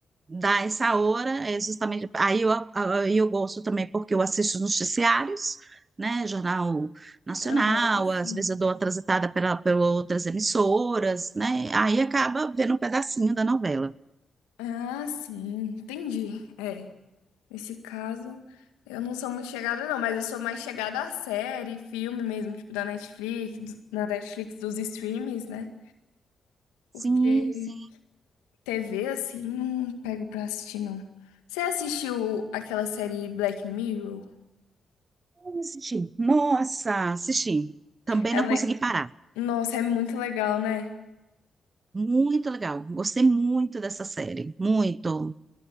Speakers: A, on the right; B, on the left.
A: dá essa hora, é justamente. Aí eu, aí eu gosto também porque eu assisto noticiários, né, Jornal Nacional,
B: Aham, sim.
A: às vezes eu dou uma transitada pela, por outras emissoras, né, aí acaba vendo um pedacinho da novela.
B: Ah, sim. Entendi. É. Nesse caso, eu não sou muito chegada, não, mas eu sou mais chegada à série, filme mesmo, tipo da Netflix, do- na Netflix dos streams, né? Porque
A: Sim, sim.
B: TV, assim, não pego pra assistir, não. Você assistiu aquela série Black Mirror?
A: Eu Assisti. Nossa, assisti. Também
B: Ela,
A: não consegui parar.
B: nossa, é muito legal, né?
A: Muito legal. Gostei muito dessa série. Muito.